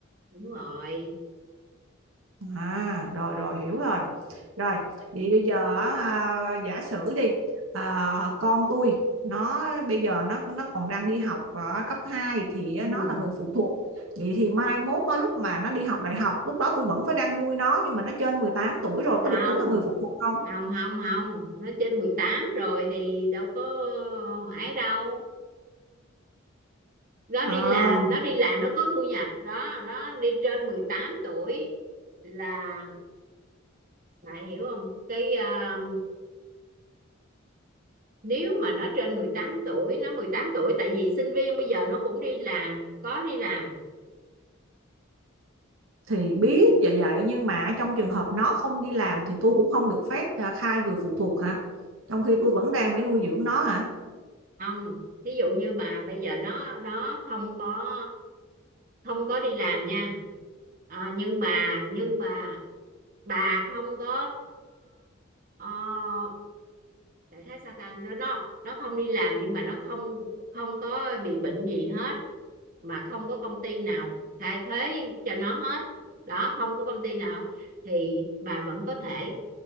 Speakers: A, on the right (about 45°); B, on the right (about 75°).
A: đúng rồi
B: À, rồi rồi hiểu rồi. Rồi, vậy bây giờ à, giả sử đi à, con tôi nó bây giờ nó nó còn đang đi học ở cấp hai thì
A: ừ.
B: nó là người phụ thuộc. Vậy thì mai mốt á, lúc mà nó đi học đại học, lúc đó tôi vẫn phải đang nuôi nó nhưng mà nó trên 18 tuổi rồi
A: không
B: có được tính là người phụ thuộc không?
A: không không không nó trên 18 rồi thì đâu có ấy đâu nó
B: À,
A: đi làm nó đi làm nó có thu nhập đó nó đi trên 18 tuổi là bà hiểu không cái ờ, nếu mà nó trên mười tám tuổi nó mười tám tuổi tại vì sinh viên bây giờ nó cũng đi làm có đi làm
B: thì biết vậy vậy nhưng mà trong trường hợp nó không đi làm thì tôi cũng không được phép à, khai người phụ thuộc hả? Trong khi tôi vẫn đang phải nuôi dưỡng nó hả?
A: không thí dụ như mà bây giờ nó nó không có không có đi làm nha à, nhưng mà nhưng mà bà không có ờ, đại khái sao ta nó nó nó không đi làm nhưng mà nó không không có bị bệnh gì hết mà không có công ty nào thay thế cho nó hết đó không có công ty nào thì bà vẫn có thể